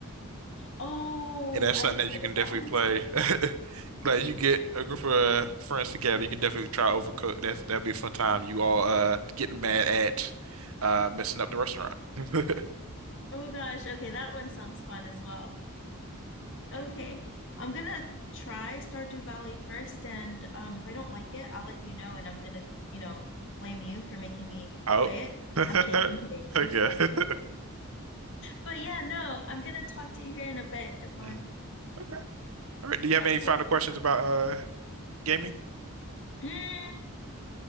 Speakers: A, on the left; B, on the right.
A: Oh,
B: Yeah, that's
A: I've
B: something
A: heard
B: that you can
A: of
B: definitely
A: that <laughs> one
B: play.
A: too.
B: <laughs> Like you get a group of uh, friends together, you can definitely try Overcooked. That's that'd be a fun time. You all uh getting mad at uh messing up the restaurant. <laughs>
A: Oh gosh. Okay, that one sounds fun as well. Okay. I'm gonna try Stardew Valley first, and um, if I don't like it, I'll let you know, and I'm gonna, you know, blame you for making me
B: Oh.
A: play it.
B: <laughs>
A: I'm kidding. I'm kidding.
B: Okay.
A: I'm kidding.
B: <laughs>
A: But yeah, no, I'm gonna talk to you here in a bit, Daquan.
B: Hmm. Okay. All right. Do you have
A: Okay.
B: any final questions about uh gaming?
A: Mm.